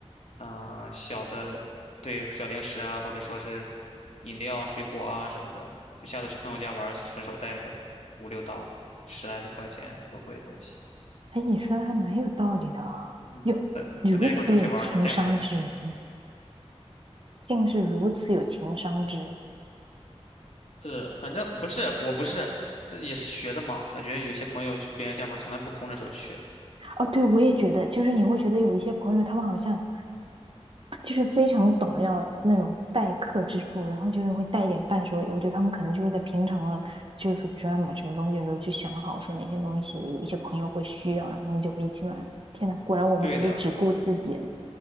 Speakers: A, on the left; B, on the right.
A: 嗯、小的，对，小零食啊，或者说是饮料、水果啊什么的，就下次去朋友家玩，顺手带着五六刀，十来的块钱，也不贵的东西。
B: 哎，你说的还蛮有道理的啊，
A: 嗯。
B: 哟，如此有情商之人呢，
A: 大家一块儿出去玩儿你带个东西。
B: 竟是如此有情商之人。
A: 是，反正不是，我不是，这也是学的嘛。感觉有些朋友去别人家玩儿从来不空着手去。
B: 哦，对，我也觉得，就是你会觉得有一些朋友，他们好像就是非常懂要那种待客之术，然后就是会带一点伴手礼。我觉得他们可能就是在平常的，就是说，比如说要买什么东西的时候，就想好说哪些东西有一些朋友会需要，然后他们就会一起买。天呐，果然我们还是只顾自己了，
A: 对的，